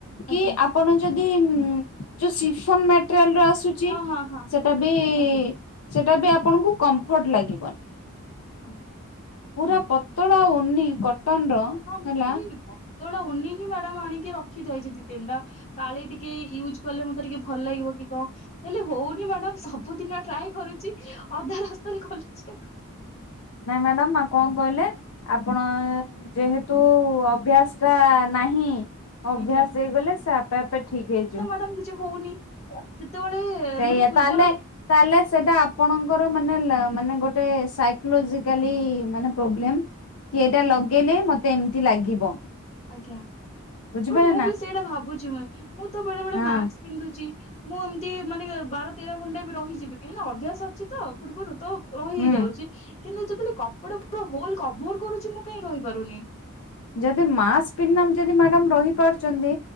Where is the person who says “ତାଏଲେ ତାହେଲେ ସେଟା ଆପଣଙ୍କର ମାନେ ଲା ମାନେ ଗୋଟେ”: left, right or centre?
Left